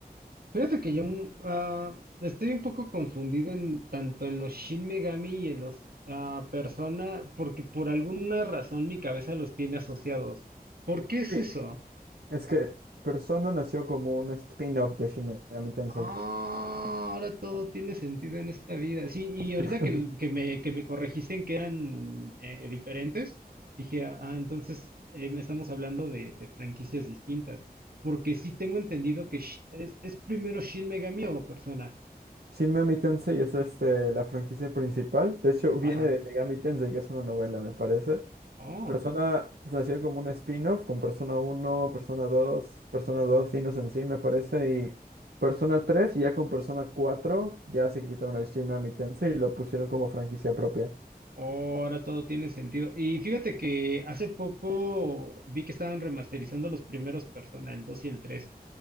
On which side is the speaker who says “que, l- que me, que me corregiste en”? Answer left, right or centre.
Right